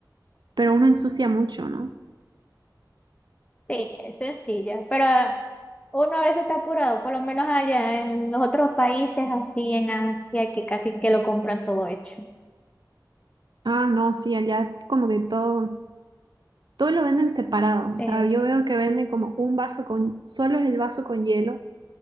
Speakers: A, on the right; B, on the left.
A: pero uno ensucia mucho, ¿no?
B: Sí, es sencilla, pero uno a veces está apurado, por lo menos allá en los otros países así en Asia que casi que lo compran todo hecho.
A: Ah, no, sí, allá como que todo, todo lo venden separado. O sea,
B: Eh,
A: yo veo que venden como un vaso con, solo es el vaso con hielo